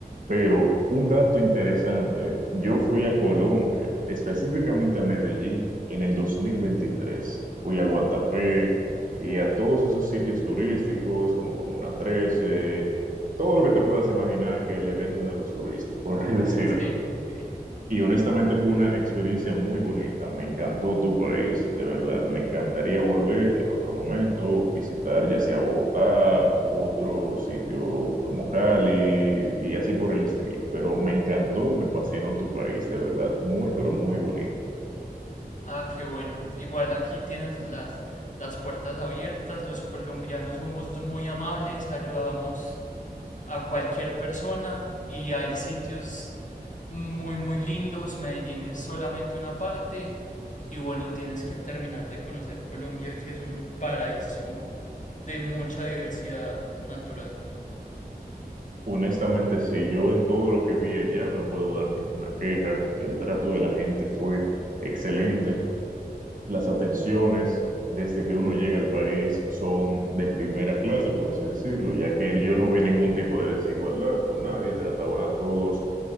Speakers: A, on the right; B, on the left.
A: Pero un dato interesante, yo fui a Colombia, específicamente a Medellín, en el 2023. Fui a Guatapé y a todos esos sitios turísticos, como Comuna Trece, todo lo que te puedas imaginar que le venden a los turistas, por así <laughs> decirlo.
B: Sí.
A: Y honestamente fue una experiencia muy bonita. Me encantó tu país, de verdad. Me encantaría volver en otro momento, visitar ya sea Bogotá u otro sitio como Cali y así por el estilo. Pero me encantó, me fascinó tu país, de verdad. Muy, pero muy bonito.
B: Ah, qué bueno. Igual aquí tienes las, las puertas abiertas. Los colombianos somos muy amables, ayudamos a cualquier persona y hay sitios muy, muy lindos. Medellín es solamente una parte. Y bueno, tienes que terminar de conocer Colombia, que es un paraíso de mucha diversidad natural.
A: Honestamente, sí, yo en todo lo que vi allá no puedo dar ninguna queja. El trato de la gente fue excelente. las atenciones desde que uno llega al país son de primera clase, por así decirlo, ya que yo no vi ningún tipo de desigualdad con nadie, trataban a todos